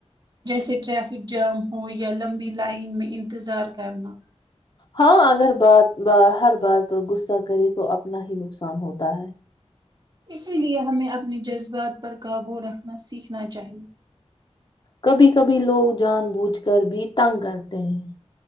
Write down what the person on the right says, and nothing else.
جیسے ٹریفک جام ہو یا لمبی لائن میں انتظار کرنا
اسی لیے ہمیں اپنے جذبات پر قابو رکھنا سیکھنا چاہیے